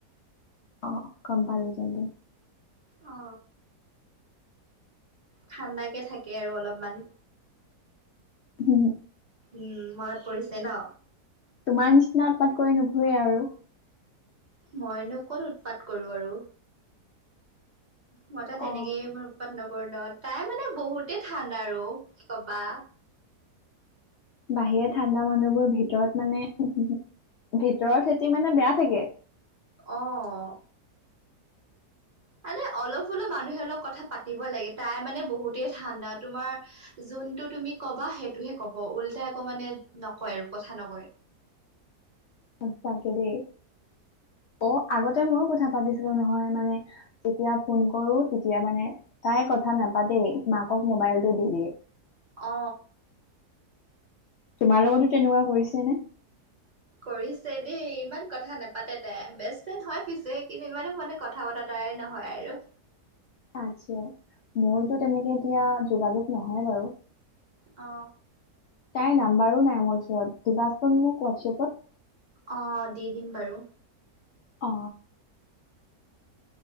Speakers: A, on the left (about 70°); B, on the right (about 25°).
A: অ, গম পালো তেন্তে।
B: অ। ঠাণ্ডাকে থাকে আৰু অলপমান।
A: <unintelligible>
B: উম, মনত পৰিছে ন?
A: তোমাৰ নিচিনা উৎপাত কৰি নুফুৰে আৰু।
B: মইনো ক'ত উৎপাত কৰো আৰু? মই তা তেনেকেই
A: অ
B: ইমান উৎপাত নগৰ নত তাই মানে বহুতে ঠাণ্ডা আৰু কি কবা।
A: বাহিৰে ঠাণ্ডা মানুহবোৰ ভিতৰত মানে ভিতৰত সেতি মানে বেয়া থাকে।
B: অঅ। মানে অলপ হলেও মানুহে লগ কথা পাতিব লাগে। তাই মানে বহুতেই ঠাণ্ডা। তোমাৰ যোনটো তুমি কবা সেইটোহে ক'ব। উল্টাই আকৌ মানে নকয় আৰু কথা নকয়।
A: <unintelligible> দেই। অ আগতে ময়ো কথা পাতিছো নহয় মানে যেতিয়া ফোন কৰো তেতিয়া মানে তাই কথা নাপাতেই। মাকক ম মোবাইলটো দি দিয়ে।
B: অ।
A: তোমাৰ লগতো তেনেকুৱা কৰিছেনে?
B: কৰিছে দেই। ইমান কথা নাপাতে তাই। বেষ্ট ফ্ৰেণ্ড হয় পিছে, কিন্তু ইমানো মান কথা পতা তা তাই নহয় আৰু।
A: আচ্ছা, মোৰটো
B: উম
A: তেনেকে এতিয়া যোগাযোগ নহয় বাৰু।
B: অ।
A: তাইৰ নাম্বাৰো নাই মোৰ ওচৰত। দিবাচোন মোক হোৱাটছএপত।
B: অ, দি দিম বাৰু।
A: অ।